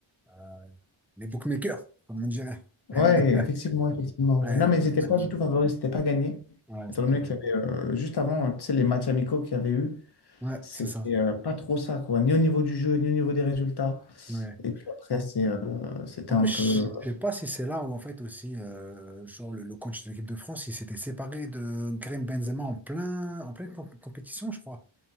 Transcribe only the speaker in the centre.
euh, les bookmakers, comme on dirait. <laughs>
Ouais,
ils
ont,
ils
ont su.
Ouais,
c'était
pas dingue.
Ouais,
c'est ça.
Ouais.
En,
en
plus,
je sais pas si c'est là où, en fait, aussi, euh, genre, le, le coach de l'équipe de France, il s'était séparé de Karim Benzema en plein, en pleine comp- compétition, je crois.